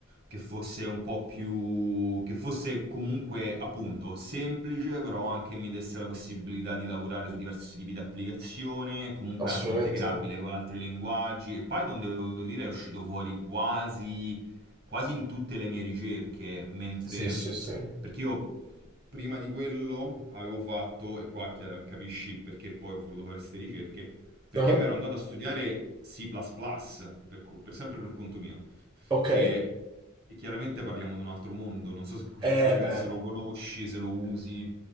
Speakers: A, on the right (about 50°); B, on the right (about 20°).
A: che fosse un po' più, che fosse comunque, appunto, semplice, però anche mi desse la possibilità di lavorare su diversi tipi di applicazione, comunque
B: Assolutamente.
A: anche integrabile con altri linguaggi. E Python, devo dire, è uscito fuori quasi quasi in tutte le mie ricerche, mentre
B: Sì, sì, sì.
A: perché io prima di quello avevo fatto, e qua chiar- capisci il perché poi ho voluto fare queste ricerche, perché
B: Ah.
A: mi ero andato a studiare C++, per, co- per sempre per conto mio,
B: Ok,
A: e, e chiaramente parliamo di un altro mondo, non so se, non
B: eh
A: so se-
B: beh,
A: se lo conosci, se lo usi.